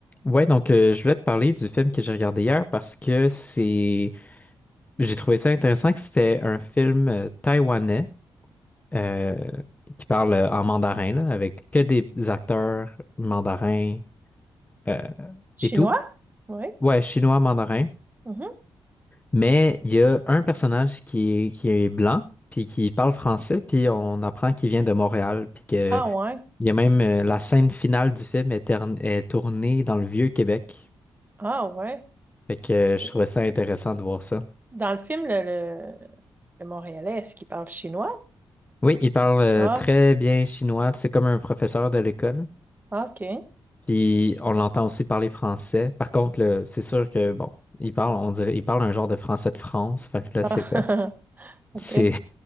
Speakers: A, on the left; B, on the right.
A: Ouais, donc euh, je voulais te parler du film que j'ai regardé hier parce que c'est j'ai trouvé ça intéressant que c'était un film euh, taïwanais euh, qui parle euh, en mandarin là, avec que des acteurs mandarins euh,
B: Chinois?
A: et tout.
B: Oui.
A: Ouais, chinois mandarin,
B: Mhm.
A: mais il y a un personnage qui est, qui est blanc puis qui parle français puis on apprend qu'il vient de Montréal puis que
B: Ah ouais.
A: il y a même euh, la scène finale du film est, tern- est tournée dans le Vieux-Québec.
B: Ah ouais.
A: Fait que euh, je
B: Euh,
A: trouvais ça intéressant de voir ça.
B: Dans le film, le, le, le Montréalais, est-ce qu'il parle chinois?
A: Oui, il parle euh,
B: Ah,
A: très bien chinois. C'est comme un professeur de l'école.
B: OK.
A: Puis on l'entend aussi parler français. Par contre, le- c'est sûr que bon, il parle, on dirait, il parle un genre de français de France. Fait que là,
B: Ah,
A: c'est comme,
B: <laughs>
A: c'est,
B: OK.